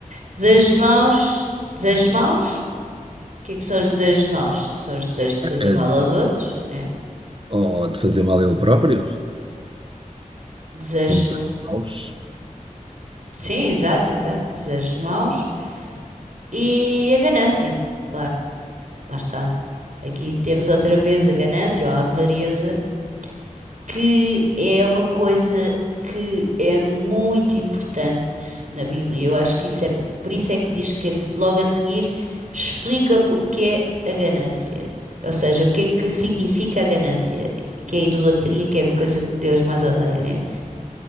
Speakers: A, on the right; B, on the right.
A: Desejos maus. Desejos maus? O que é que são os desejos maus? São os desejos de
B: eh,
A: fazer mal aos outros, né?
B: ou de fazer mal a ele próprio,
A: Desejos.
B: são desejos
A: ma-
B: maus,
A: Sim, exato, exato. Desejos maus. E a ganância, claro. Lá está. Aqui temos outra vez a ganância ou a avareza, que é uma coisa que é muito importante na Bíblia. Eu acho que isso é, por isso é que diz que esse- logo a seguir explica o que é a ganância. Ou seja, o que é que significa a ganância, que é a idolatria, que é a coisa que Deus mais odeia, né?